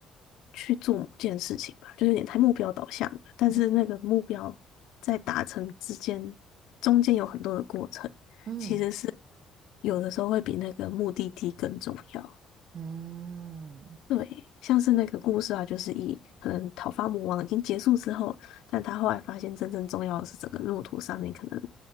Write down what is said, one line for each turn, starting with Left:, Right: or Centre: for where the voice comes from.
Left: 去做某件事情吧，就有点太目标导向了。但是那个目标在达成之间，
Right: 嗯。
Left: 中间有很多的过程，
Right: 嗯
Left: 其实是有的时候会比那个目的地更重要。
Right: 嗯
Left: 对，像是那个故事啊，就是以可能讨伐魔王已经结束之后，但他后来发现真正重要的是整个路途上面可能